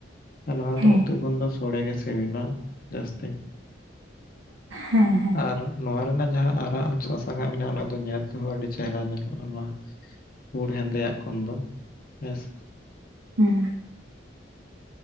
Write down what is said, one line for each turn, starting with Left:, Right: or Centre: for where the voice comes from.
Left: ᱟᱨ ᱱᱚᱣᱟ
Right: ᱦᱮᱸ
Left: ᱫᱚ ᱩᱛᱩ ᱠᱷᱚᱱ ᱫᱚ ᱥᱚᱲᱮ ᱜᱮ ᱥᱤᱵᱤᱞᱟ ᱡᱟᱹᱥᱛᱤ᱾
Right: ᱦᱮᱸ ᱦᱮᱸ᱾
Left: ᱟᱨ ᱱᱚᱣᱟ ᱨᱮᱱᱟᱜ ᱡᱟᱦᱟᱸ ᱟᱨᱟᱜ ᱟᱨ ᱥᱟᱥᱟᱝᱟᱜ ᱢᱮᱱᱟᱜᱼᱟ ᱚᱱᱟ ᱫᱚ ᱧᱮᱞ ᱛᱮᱦᱚᱸ ᱟᱹᱰᱤ ᱪᱮᱦᱨᱟ ᱧᱮᱞᱚᱜᱼᱟ ᱱᱚᱣᱟ᱾ ᱯᱩᱲ ᱦᱮᱸᱫᱮᱭᱟᱜ ᱠᱷᱚᱱ ᱫᱚ ᱦᱮᱸ ᱥᱮ᱾
Right: ᱦᱩᱸ᱾